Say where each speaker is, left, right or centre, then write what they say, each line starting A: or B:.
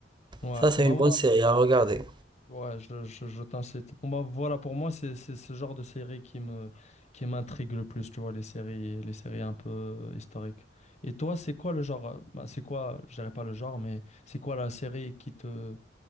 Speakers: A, on the left; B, on the right.
A: Ouais,
B: ça, c'est
A: bah
B: une
A: ouais,
B: bonne série à regarder.
A: Ouais, je, je, je t'incite. Bon, bah, voilà, pour moi, c'est c'est ce genre de série qui me, qui m'intrigue le plus, tu vois, les séries, les séries un peu historiques. Et toi, c'est quoi le genre, euh, bah, c'est quoi, je dirais pas le genre, mais c'est quoi la série qui te,